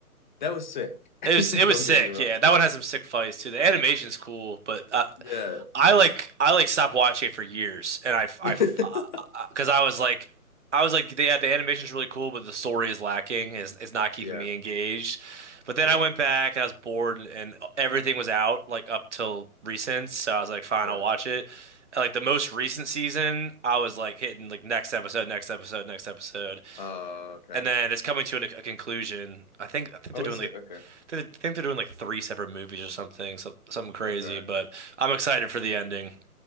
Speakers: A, on the left; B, on the right.
A: that was sick.
B: It
A: <laughs>
B: was it was
A: Don't
B: sick,
A: get me wrong.
B: yeah. That one has some sick fights too. The animation's cool, but uh,
A: Yeah.
B: I like I like stopped watching it for years, and I I
A: <laughs>
B: because I was like I was like yeah, the animation's really cool, but the story is lacking. is is not keeping
A: Yeah,
B: me engaged. But then
A: yeah,
B: I went back and I was bored, and everything was out like up till recent, so I was like, fine,
A: yeah.
B: I'll watch it. And, like the most recent season, I was like hitting like next episode, next episode, next episode,
A: Uh okay.
B: and then it's coming to an, a conclusion. I think I think
A: Oh,
B: they're doing
A: is
B: like
A: it? Okay.
B: I think they're doing like three separate movies or something, so, something crazy.
A: Okay.
B: But I'm excited for the ending.